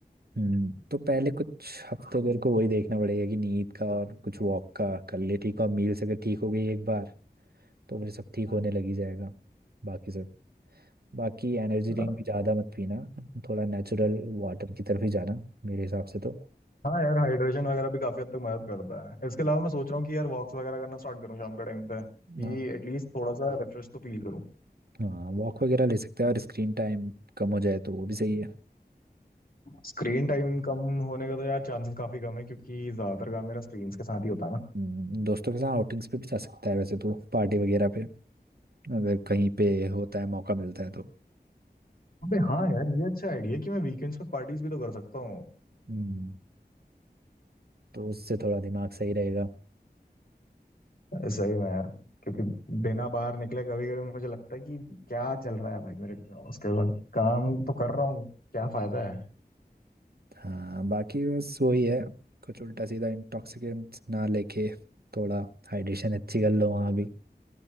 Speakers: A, on the right (about 65°); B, on the left (about 60°).
A: हम्म तो पहले कुछ हफ्ते तेरे को वही देखना पड़ेगा कि नींद का और कुछ वॉक का कर ले ठीक है। और मील्स अगर ठीक हो गई एक बार तो फिर सब ठीक होने लगी जाएगा बाकी सब बाकी एनर्जी
B: हूँ
A: ड्रिंक भी ज़्यादा मत पीना थोड़ा नेचुरल वाटर की तरफ ही जाना मेरे हिसाब से तो
B: हाँ यार हाइड्रेशन वगैरह भी काफी हद तक मदद करता है इसके अलावा मैं सोच रहा हूँ कि यार वॉक्स वगैरह करना स्टार्ट करूँ शाम के टाइम पे कि
A: हाँ
B: एटलीस्ट थोड़ा सा रिफ्रेश तो फील करूँ
A: हाँ वॉक वगैरह ले सकता है और स्क्रीन टाइम कम हो जाए तो वो भी सही है
B: स्क्रीन टाइम कम होने का तो यार चांसेस काफी कम है क्योंकि ज्यादातर काम मेरा स्क्रीन के साथ ही होता है ना
A: हम्म, दोस्तों के साथ आउटिंग्स पे भी जा सकता है वैसे तो पार्टी वगैरह पे अगर कहीं पे होता है मौका मिलता है तो
B: अबे हाँ यार ये अच्छा आइडिया है कि मैं वीकेंड्स पे पार्टीज भी तो कर सकता हूँ
A: हम्म, तो उससे थोड़ा दिमाग सही रहेगा
B: सही में यार क्योंकि बिना बाहर निकले कभी कभी मुझे लगता है कि क्या चल रहा है भाई मेरे उसके बाद काम तो कर रहा हूँ क्या फायदा है
A: हाँ बाकी बस वही है कुछ उल्टा सीधा इंटॉक्सिकेंट ना लेके थोड़ा हाइड्रेशन अच्छी कर लो वहाँ भी